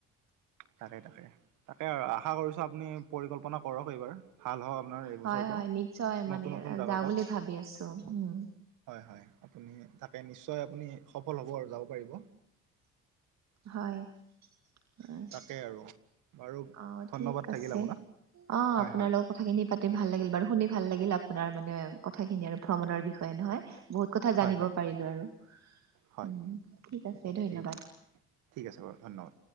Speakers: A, on the right (about 70°); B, on the right (about 55°).
A: তাকে তাকে তাকে আৰু আশা কৰিছো, আপুনি পৰিকল্পনা কৰক এইবাৰ। ভাল হও আপোনাৰ এইবছৰটো
B: হয় হয় নিশ্চয় মানে
A: নতুন নতুন জোগা
B: যাওঁ
A: তাত।
B: বুলি ভাবি আছো উম
A: হয় হয়, আপুনি তাকে নিশ্চয় আপুনি সফল হ'ব আৰু যাব পাৰিব।
B: হয় হয়।
A: তেই আৰু। বাৰু
B: অঁ,
A: ধন্যবাদ
B: ঠিক
A: থাকিল
B: আছে
A: আপোনাক
B: অঁ
A: হয়
B: আপোনালোক
A: হয়
B: কথাখিনি পাতি ভাল লাগিল বাৰু শুনি ভাল লাগিল আপোনাৰ মানে কথা খিনি আৰু ভ্ৰমণৰ বিষয়ে নহয়। বহুত কথা
A: হয়
B: জানিব
A: হয়
B: পাৰিলো আৰু।
A: হয়
B: উম ঠিক আছে ধন্যবাদ।
A: ঠিক ঠিক আছে বাৰু ধন্যবাদ